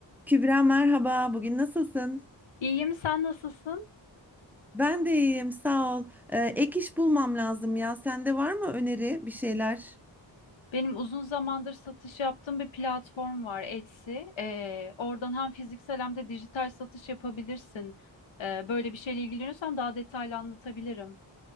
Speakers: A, in the centre; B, on the left (about 80°).
A: Kübra merhaba, bugün nasılsın?
B: İyiyim, sen nasılsın?
A: Ben de iyiyim, sağ ol. Ee, ek iş bulmam lazım ya. Sende var mı öneri bir şeyler?
B: Benim uzun zamandır satış yaptığım bir platform var, Etsy. Ee, oradan hem fiziksel hem de dijital satış yapabilirsin. Ee, böyle bir şeyle ilgileniyorsan daha detaylı anlatabilirim.